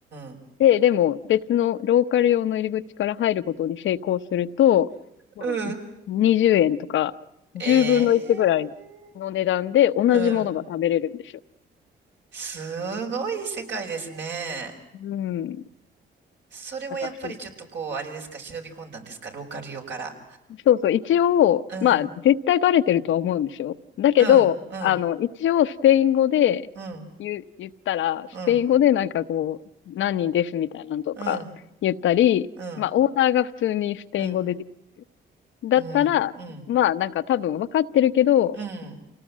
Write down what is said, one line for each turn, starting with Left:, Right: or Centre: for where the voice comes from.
Right: うん、うん。
Left: で、でも別のローカル用の入り口から入ることに成功すると、も
Right: うん。
Left: う20円とか10分の1ぐらいの値段で同じものが食べれるんですよ。
Right: ええうん。すごい世界ですね。
Left: うん。
Right: それもやっぱりちょっとこう、
Left: だからす
Right: あれですか、忍び込んだんですか、ローカル用から。
Left: そうそう、一応、
Right: うん、
Left: まあ絶対バレてるとは思うんですよ。だけど、
Right: うん、うん、
Left: あの、一応スペイン語で言う、
Right: うん、
Left: 言ったら、
Right: うん、
Left: スペイン語でなんかこう、何人ですみたいなのとか言ったり、
Right: うん、うん、
Left: まあオーダーが普通にスペイン語でで
Right: うん、うん、
Left: だったら、
Right: うん、
Left: まあなんか多分分かってるけど、
Right: うん。